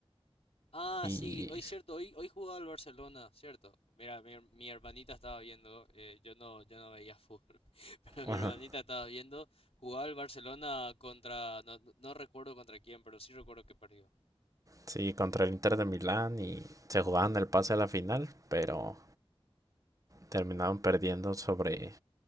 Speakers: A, on the left (about 75°); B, on the right (about 35°).
A: Ah,
B: y...
A: sí, hoy cierto, hoy, hoy jugaba el Barcelona, cierto. Mira, mi, her- mi hermanita estaba viendo, eh, yo no, yo no veía fútbol, <laughs> pero mi
B: Ajá.
A: hermanita estaba viendo, jugaba el Barcelona contra, no, no no recuerdo contra quién, pero sí recuerdo que perdió.
B: Sí, contra el Inter de Milán y se jugaban el pase a la final, pero terminaron perdiendo sobre...